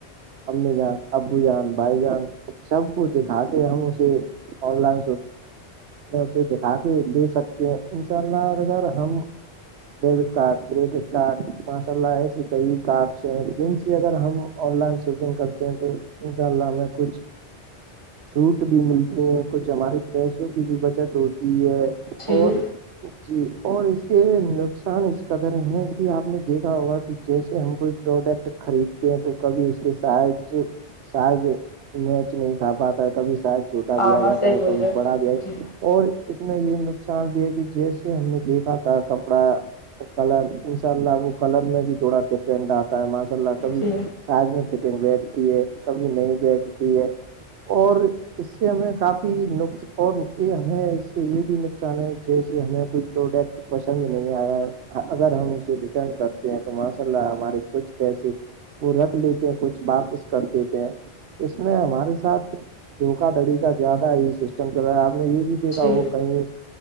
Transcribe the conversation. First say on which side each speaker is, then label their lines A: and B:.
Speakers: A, on the right; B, on the left.
A: امی جان ابو جان بھائی جان سب کو دکھا کے ہم اسے آن لائن اسے دکھا کے لے سکتے ہیں ان شاء اللہ اگر ہم ڈیبٹ کارڈ کریڈٹ کارڈ ماشاء اللہ ایسے کئی کارڈس ہیں جن سے اگر ہم آن لائن شاپنگ کرتے ہیں تو ان شاء اللہ ہمیں کچھ چھوٹ بھی ملتی ہیں کچھ ہمارے پیسوں کی بھی بچت ہوتی ہے
B: جی
A: اور جی اور اس کے نقصان اس قدر ہیں کہ آپ نے دیکھا ہوگا کہ جیسے ہم کوئی پروڈکٹ خریدتے ہیں تو کبھی اس کے سائز شاید میچ نہیں کھا پاتا ہے کبھی شاید چھوٹا
B: ہاں
A: بھی آ
B: ہاں
A: جاتا
B: صحیح
A: ہے
B: بول
A: کبھی
B: رہے ہو
A: بڑا بھی
B: جی
A: اور اس میں یہ نقصان بھی ہے کہ جیسے ہم نے دیکھا تھا کپڑا کلر انشاء اللہ وہ کلر میں بھی تھوڑا ڈفرینٹ آتا ہے ماشاء اللہ کبھی
B: جی
A: سائز میں فیٹنگ بیٹھتی ہے کبھی نہیں بیٹھتی ہے اور اس سے ہمیں کافی بھی نقص اور یہ ہمیں اس سے یہ بھی نقصان ہے جیسے ہمیں کوئی پروڈکٹ پسند نہیں آیا اگر ہم اسے ریٹرن کرتے ہیں تو ماشاء اللہ ہمارے کچھ پیسے وہ رکھ لیتے ہیں کچھ واپس کر دیتے ہیں اس میں ہمارے ساتھ دھوکا دھڑی کا زیادہ ہی سسٹم چل رہا ہے آپ نے یہ بھی دیکھا
B: جی
A: ہو کہیں